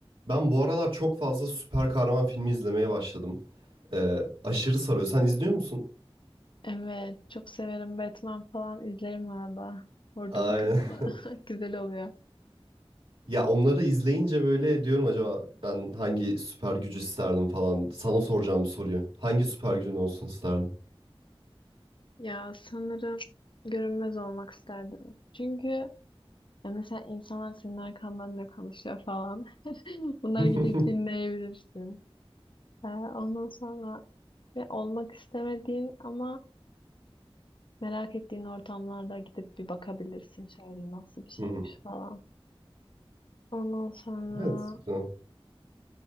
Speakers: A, on the right; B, on the left.
A: Ben bu aralar çok fazla süper kahraman filmi izlemeye başladım. Ee, aşırı sarıyor. Sen izliyor musun?
B: Evet, çok severim. Batman falan izlerim arada. Ordalı
A: Aynen.
B: kırdılı.
A: <laughs>
B: <laughs> Güzel oluyor.
A: Ya onları izleyince böyle diyorum acaba ben hangi süper gücü isterdim falan. Sana soracağım bu soruyu. Hangi süper gücün olsun isterdin?
B: Ya sanırım görünmez olmak isterdim. Çünkü ya mesela insanlar senin arkandan ne konuşuyor falan. <laughs> Bunları
A: <laughs>
B: gidip dinleyebilirsin. Ee, ondan sonra ve olmak istemediğin ama merak ettiğin ortamlarda gidip bir bakabilirsin şöyle nasıl bir şeymiş
A: Hı hı.
B: falan. Ondan sonra
A: Evet, güzel.